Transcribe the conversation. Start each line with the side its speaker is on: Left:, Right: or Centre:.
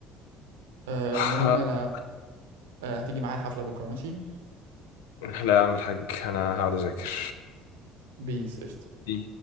Right: آه،
Left: <laughs>
Right: المهم انا آه، هتيجي معايا الحفله بكره ماشي
Left: <sighs> لا يا عم الحاج انا هقعد اذاكر
Right: بيس قشطة.
Left: دي